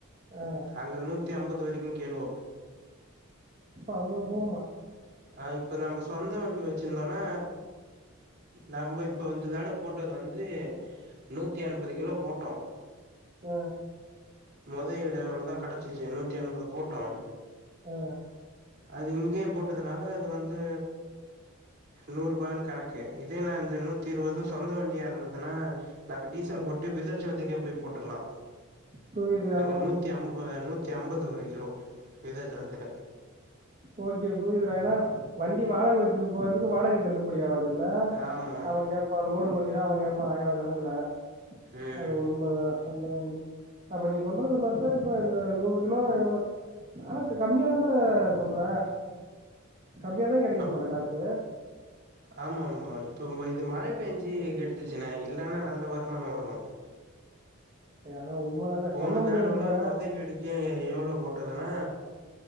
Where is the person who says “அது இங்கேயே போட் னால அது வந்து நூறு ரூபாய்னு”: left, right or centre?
Right